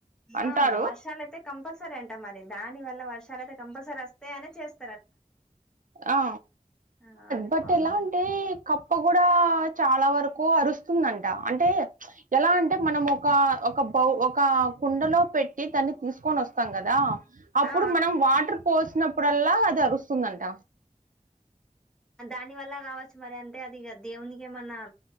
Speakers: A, on the right (about 75°); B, in the centre.
A: అంటారు
B: ఆ వర్షాలు అయితే కంపల్సరీ అంట మరి దాని వల్ల వర్షాలు ఐతే కంపల్సరీ అస్తయ్ అనే చెస్
A: ఆ
B: ఆ అది
A: బట్
B: బాగుంటది
A: ఎలా అంటే కప్ కప్ప గుడ చాల వరకు అరుస్తుందంట అంటే ఎలా అంటే మనం ఒక ఒక బౌ ఒక కుండలొ పెట్టి దాన్ని తీసుకొని ఒస్తాం గదా అప్పుడు
B: ఆ
A: మనం వాటర్ పోసినప్పుడల్లా అది అరుస్తుందంట
B: దాని వల్ల కావచ్చు మరి అంటే అది దేవునికి ఏమన్న